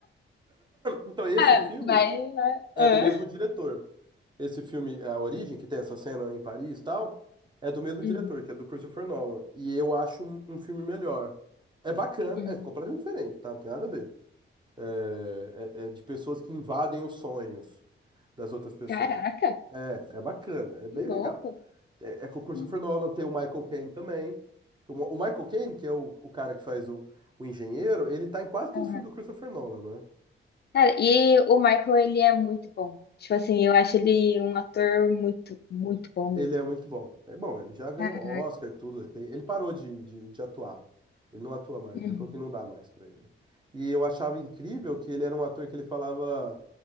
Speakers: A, on the right; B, on the left.
A: Então, esse
B: Ah,
A: filme
B: mas, né?
A: É
B: Ah.
A: do mesmo diretor. Esse filme, A Origem, que tem essa cena em Paris e tal, é do mesmo diretor,
B: Uhum,
A: que é do Christopher Nolan. E eu acho um, um filme melhor. É bacana,
B: uhum.
A: é completamente diferente, tá? Não tem nada a ver. É, é- é de pessoas que invadem os sonhos das outras pessoas.
B: Caraca,
A: É, é bacana, é bem
B: que louco.
A: legal. É, é com o Christopher
B: Uhum.
A: Nolan, tem o Michael Caine também. Tem O o Michael Caine, que é o, o cara que faz o, o engenheiro, ele tá em quase todo
B: Aham.
A: o filme do Christopher Nolan, né?
B: Cara, e o Michael, ele é muito bom. Tipo assim, eu acho ele um ator muito, muito bom mesmo.
A: Ele é muito bom. É bom, ele já ganhou
B: Ah,
A: Oscar, tudo. Ele, tem- ele parou de, de, de atuar. Ele não atua mais,
B: uhum,
A: ele falou que não dá mais pra ele. E eu achava incrível que ele era um ator que ele falava,